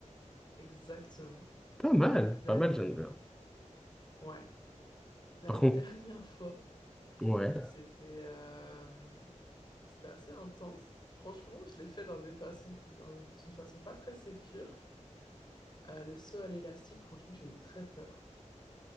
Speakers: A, on the left; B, in the centre.
A: Exactement.
B: Pas mal,
A: La,
B: pas mal, j'aime bien.
A: ouais, la
B: Par
A: dernière
B: contre,
A: <laughs> fois,
B: ouais.
A: c'était euh, c'était assez intense. Franchement, je l'ai fait dans des façons, dans- d'une façon pas très sécure. Euh, le saut à l'élastique, franchement, j'ai eu très peur.